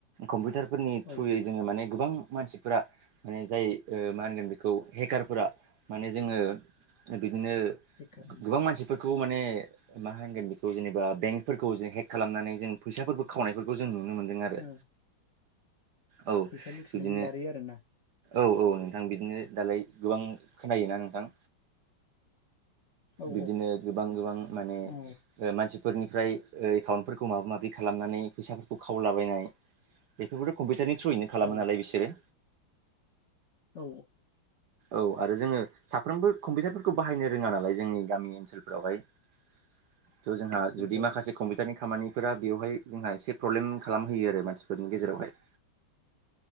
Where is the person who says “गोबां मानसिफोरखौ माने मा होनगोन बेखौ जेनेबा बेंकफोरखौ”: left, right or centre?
Right